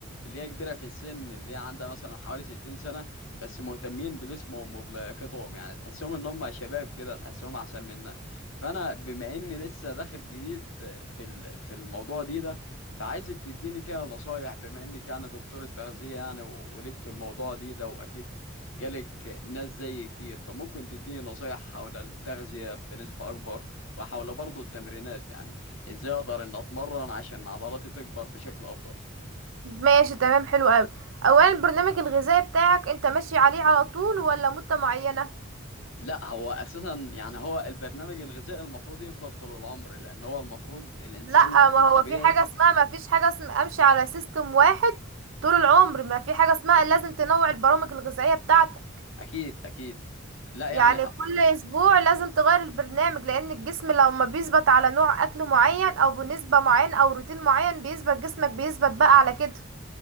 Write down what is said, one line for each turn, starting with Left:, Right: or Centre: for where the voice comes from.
Left: اللي هي كبيرة في السن اللي هي عندها مثلا حوالي ستين سنة بس مهتمين بجسمهم وبلياقتهم يعني تحسهم إن هم شباب كده تحسهم أحسن منا فأنا بما إني لسه داخل جديد في ال- في الموضوع دي ده فعايزك تديني كده نصايح بما إنك يعني دكتور التغذية يعني و- وليك في الموضوع دي ده وأكيد جالك ناس زي كتير فممكن تديني نصايح حول التغذية بنسبة أكبر وحول برضو التمرينات يعني إزاي أقدر إن أتمرن عشان عضلاتي تكبر بشكل أفضل
Right: ماشي تمام حلو قوي اولا البرنامج الغذائي بتاعك انت ماشي عليه على طول ولا مدة معينة
Left: لا هو أساسا يعني هو البرنامج الغذائي المفروض يفضل طول العمر لأن هو المفروض الإنسان
Right: لا
Left: في
Right: ما
Left: الطبيعي
Right: هو في حاجة اسمها ما فيش حاجة اسمها امشي على سيستم واحد طول العمر ما في حاجة اسمها لازم تنوع البرامج الغذائية بتاعتك
Left: أكيد أكيد لا يعني
Right: يعني
Left: أ-
Right: كل اسبوع لازم تغير البرنامج لان الجسم لما بيثبت على نوع اكل معين او بنسبة معينة او روتين معين بيثبت جسمك بيثبت بقى على كده